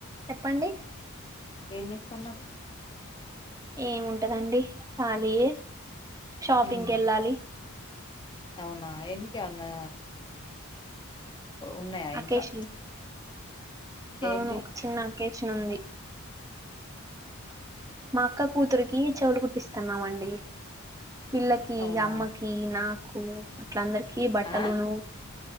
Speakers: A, on the right; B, on the left.
A: చెప్పండి.
B: ఏం చేస్తున్నారు?
A: ఏముంటదండి కాలియే షాపింగ్
B: ఉమ్
A: కెళ్ళాలి.
B: అవునా ఎందుకే అన్నా ఉన్నయా
A: అకేషన్
B: ఇంట్లో
A: అవును
B: ఏంటి
A: ఒక చిన్న అకేషన్ ఉంది. మా అక్క కూతురికి చెవులు కుట్టిస్తున్నామండి. పిల్లకి,
B: అవునా
A: అమ్మకి, నాకు ఇట్ల అందర్కి బట్టలును
B: ఆ